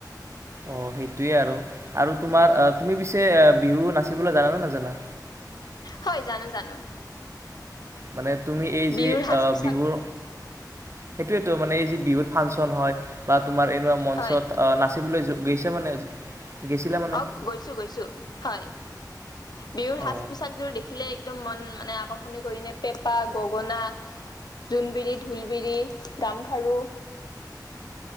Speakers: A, on the right; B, on the left.
A: অঁ সেইটোৱে আৰু আৰু তোমাৰ তুমি পিছে বিহু নাচিবলৈ জানানে ন জানা
B: হয় জানো জানো
A: মানে তুমি এই
B: বিহুৰ
A: যি
B: সাজ
A: অঁ
B: পোছাক
A: বিহুৰ সেইটোয়ে তো মানে বিহুত ফাংচন হয় তোমাৰ এনেুৱা মঞ্চত
B: হয়
A: অঁ নাচিবলৈ গৈছে যে মানে গৈছিলা মানে
B: অঁ গৈছোঁ গৈছোঁ হয় বিহুৰ
A: অ
B: সাজ পোছাক জোৰ দেখিলে একদম মন মানে আকৰ্ষণি কৰি ন পেঁপা গগনা জোনবিৰি ঢোলবিৰি গামখাৰু